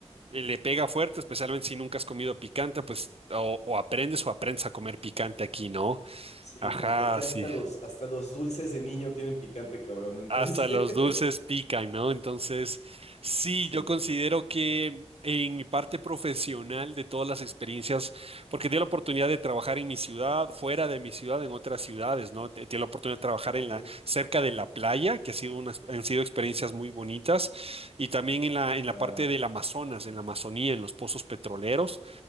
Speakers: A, on the right; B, on the left.
A: eh, le pega fuerte, especialmente si nunca has comido picante, pues o, o aprendes o aprendes a comer picante aquí, ¿no?
B: sí,
A: Ajá,
B: porque aquí hasta
A: sí.
B: los, hasta los dulces de niño tienen picante, cabrón, entonces,
A: Hasta los
B: <laughs>
A: dulces pican, ¿no? Entonces, sí,
B: sí,
A: yo considero que en mi parte profesional de todas las experiencias, porque tuve la oportunidad de trabajar en mi ciudad, fuera de mi ciudad, en otras ciudades, ¿no? Te- Tuve la oportunidad de trabajar
B: ok,
A: en la, cerca de la playa, que ha sido unas, han sido experiencias muy bonitas, y también en la,
B: claro.
A: en la parte del Amazonas, en la Amazonía, en los pozos petroleros,